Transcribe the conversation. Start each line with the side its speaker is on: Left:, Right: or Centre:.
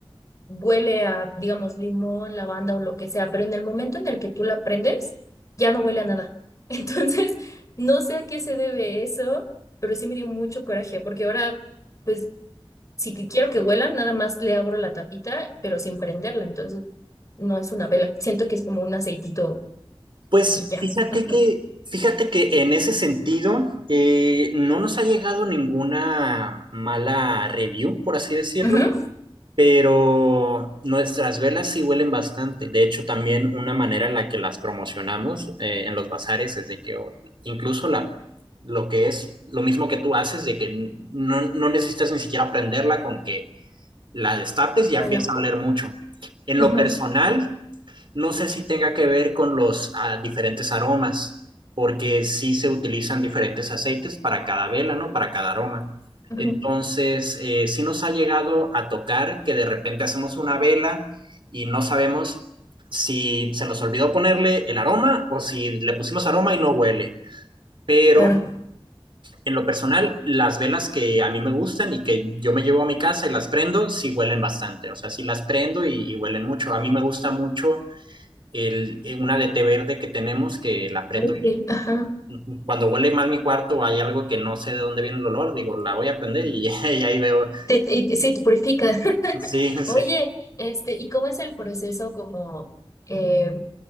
Left: huele a, digamos, limón, lavanda o lo que sea, pero en el momento en el que tú la prendes, ya no huele a nada. <laughs> Entonces, no sé a qué se debe eso, pero sí me dio mucho coraje, porque ahora pues si que quiero que huelan, nada más le abro la tapita, pero sin prenderla. Entonces, no es una vela. Siento que es como un aceitito
Right: Pues
Left: y ya.
Right: fíjate
Left: <laughs>
Right: que, fíjate que en ese sentido eh, no nos ha llegado ninguna mala review, por así decirlo.
Left: Ujú. Ujú.
Right: pero nuestras velas sí huelen bastante. De hecho, también una manera en la que las promocionamos eh, en los bazares es de que o- incluso la, lo que es lo mismo que tú haces, de que no, no necesitas ni siquiera prenderla con que la destapes ya
Left: Bueno,
Right: empieza a oler mucho. En lo
Left: Ujú.
Right: personal, no sé si tenga que ver con los ah, diferentes aromas, porque sí se utilizan diferentes aceites para cada vela, ¿no? Para cada aroma.
Left: Ujú.
Right: Entonces, eh, sí nos ha llegado a tocar que de repente hacemos una vela y no sabemos si se nos olvidó ponerle el aroma o si le pusimos aroma y no huele. Pero
Left: claro.
Right: en lo personal, las velas que a mí me gustan y que yo me llevo a mi casa y las prendo, sí huelen bastante. O sea, sí las prendo y, y huelen mucho. A mí me gusta mucho el, eh, una de té verde que tenemos que la prendo.
Left: Uy, Ajá.
Right: Y cuando huele mal mi cuarto o hay algo que no sé de dónde viene el olor, digo, la voy a prender y, <laughs> y ahí veo.
Left: Te, y- y- sí, te purifica. <laughs>
Right: Sí, sí.
Left: Oye, este, ¿y cómo es el proceso como, eh,